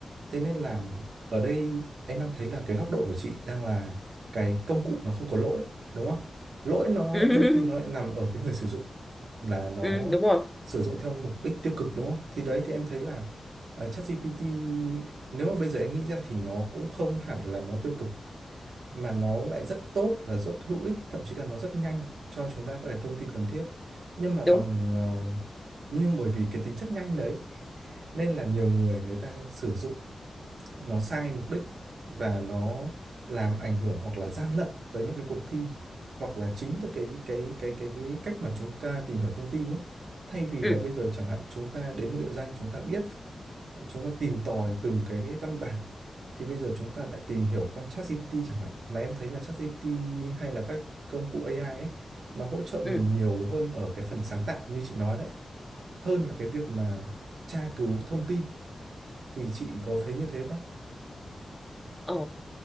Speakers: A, on the right; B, in the centre.
A: Thế nên là ở đây em đang thấy là cái góc độ của chị đang là cái công cụ nó không có lỗi, đúng không? Lỗi nó
B: ừ <laughs>
A: đôi khi nó lại nằm ở cái người sử dụng là nó
B: ừ đúng rồi
A: sử dụng theo mục đích tiêu cực đúng không? Thì đấy thì em thấy là ờ, ChatGPT nếu mà bây giờ em nghĩ ra thì nó cũng không hẳn là nó tiêu cực mà nó lại rất tốt và rất hữu ích, thậm chí là nó rất nhanh cho chúng ta các cái thông tin cần thiết. Nhưng mà bằng
B: đúng
A: ờ, nhưng bởi vì cái tính chất nhanh đấy nên là nhiều người người ta sử dụng nó sai mục đích và nó làm ảnh hưởng hoặc là gian lận tới những cái cuộc thi hoặc là chính tới cái cái cái cái cái cách mà chúng ta tìm hiểu thông tin ấy thay vì
B: ừ
A: là bây giờ chẳng hạn chúng ta đến một địa danh chúng ta biết chúng ta tìm tòi từng cái, cái văn bản thì bây giờ chúng ta lại tìm hiểu qua ChatGPT chẳng hạn mà em thấy là ChatGPT hay là các công cụ AI ấy nó hỗ trợ
B: ừ
A: mình nhiều hơn ở cái phần sáng tạo như chị nói đấy hơn là cái việc mà tra cứu thông tin thì chị có thấy như thế không?
B: Ờ,